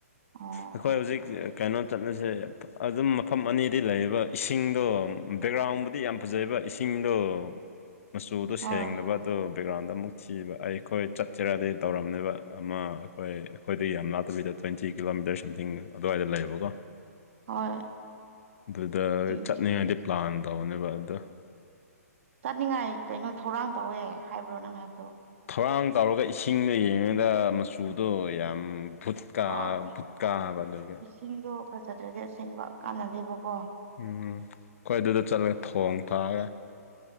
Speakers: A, on the right; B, on the left.
A: ꯑꯣ
B: ꯑꯩꯈꯣꯏ ꯍꯧꯖꯤꯛ ꯀꯩꯅꯣ ꯆꯠꯂꯥꯁꯦ ꯑꯗꯨꯝ ꯃꯐꯝ ꯑꯅꯤꯗꯤ ꯂꯩꯌꯦꯕ ꯏꯁꯤꯡꯗꯣ ꯕꯦꯛꯒ꯭ꯔꯥꯟꯕꯨꯗꯤ ꯌꯥꯝ ꯐꯥꯖꯩꯌꯦꯕ ꯏꯁꯤꯡꯗꯣ ꯃꯆꯨꯗꯨ
A: ꯍꯣꯏ
B: ꯁꯦꯡꯗꯕ ꯑꯣ ꯕꯦꯛꯒ꯭ꯔꯥꯟꯗꯨ ꯑꯃꯨꯛ ꯊꯤꯕ ꯑꯩꯈꯣꯏ ꯆꯠꯁꯤꯔꯗꯤ ꯇꯧꯔꯝꯅꯦꯕ ꯑꯃꯥ ꯑꯩꯈꯣꯏ ꯑꯩꯈꯣꯏꯗꯩ ꯌꯥꯝ ꯂꯥꯞꯇꯕꯤꯗ ꯇ꯭ꯋꯦꯟꯇꯤ ꯀꯤꯂꯣꯃꯤꯇꯔ ꯁꯝꯊꯤꯡ ꯑꯗꯨꯋꯥꯏꯗ ꯂꯩꯌꯦꯕꯀꯣ
A: ꯍꯣꯏ
B: ꯑꯗꯨꯗꯥ
A: ꯇ꯭ꯋꯦꯟꯇꯤ
B: ꯆꯠꯅꯤꯡꯉꯥꯏꯗꯤ ꯄ꯭ꯂꯥꯟ ꯇꯧꯞꯕꯅꯦꯕ ꯑꯗꯨ
A: ꯆꯠꯅꯤꯡꯉꯥꯏ ꯀꯩꯅꯣ ꯊꯧꯔꯥꯡ ꯇꯧꯋꯦ ꯍꯥꯏꯕ꯭ꯔꯣ ꯅꯪ ꯍꯥꯏꯕꯗꯣ
B: ꯊꯧꯔꯥꯡ ꯇꯧꯔꯒ ꯏꯁꯤꯡꯒ ꯌꯦꯡꯉꯒ ꯃꯆꯨꯗꯣ ꯌꯥꯝ ꯚꯨꯠꯀ
A: ꯍꯣꯏ
B: ꯀꯥ ꯕꯥ ꯑꯗꯨꯒꯤ
A: ꯏꯁꯤꯡꯗꯣ ꯐꯥꯖꯗ꯭ꯔꯗꯤ ꯑꯁꯦꯡꯕ ꯀꯥꯟꯅꯥꯗꯦꯕꯀꯣ
B: ꯑꯝ ꯑꯈꯣꯏ ꯑꯗꯨꯗ ꯆꯠꯂꯒ ꯊꯣꯡ ꯊꯥꯛꯑꯒ